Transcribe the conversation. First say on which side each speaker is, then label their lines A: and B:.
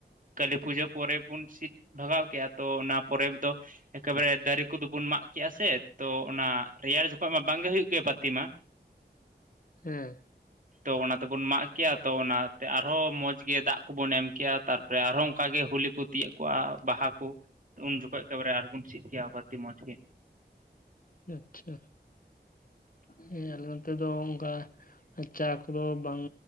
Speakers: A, on the right; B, on the left.
A: ᱠᱟᱹᱞᱤ ᱯᱩᱡᱟᱹ ᱯᱚᱨᱮ ᱵᱚᱱ ᱥᱤᱫ ᱵᱷᱟᱜᱟᱣ ᱠᱼᱟ ᱛᱚ ᱚᱱᱟ ᱯᱚᱨᱮ ᱫᱚ, ᱮᱠᱟᱵᱮ ᱫᱟᱨᱮ ᱠᱩᱫᱩ ᱵᱚᱱ ᱢᱟᱜ ᱠᱮᱜᱼᱟ ᱥᱮ ᱛᱚ ᱚᱱᱟ ᱨᱮᱭᱟᱲ ᱡᱚᱠᱷᱚᱜ ᱢᱟ ᱵᱟᱝᱜᱮ ᱦᱩᱭᱩᱜ ᱜᱮᱭᱟ ᱯᱟᱹᱛᱤ ᱢᱟ᱾
B: ᱦᱮᱸ
A: ᱛᱚ ᱚᱱᱟ ᱛᱮᱵᱚᱱ ᱢᱟᱜᱼᱼ ᱠᱮᱭᱟ ᱛᱚ ᱚᱱᱟᱛᱮ ᱟᱨᱦᱚᱸ ᱢᱚᱡᱽ ᱜᱮ ᱫᱟᱜ ᱠᱚᱵᱚᱱ ᱮᱢ ᱠᱮᱭᱟ ᱛᱟᱨᱯᱚᱨᱮ ᱟᱨᱦᱚᱸ ᱚᱱᱠᱟ ᱜᱮ ᱦᱚᱳᱞᱤ ᱠᱚ ᱛᱤᱭᱟᱹᱜ ᱠᱚᱣᱟᱣ ᱵᱟᱦᱟ ᱠᱩ ᱩᱱ ᱡᱚᱠᱷᱚᱡ ᱮᱠᱮᱵᱟᱨᱮ ᱟᱨᱦᱚᱵᱚᱱ ᱥᱤᱫ ᱠᱮᱭᱟ ᱵᱟᱨᱛᱤ ᱢᱚᱸᱡᱽ ᱜᱮ᱾
B: ᱟᱪᱪᱷᱟ ᱦᱮᱸ ᱟᱞᱮ ᱱᱚᱛᱮ ᱫᱚ ᱚᱱᱠᱟ, ᱪᱟ ᱠᱚᱫᱚ ᱵᱟᱝ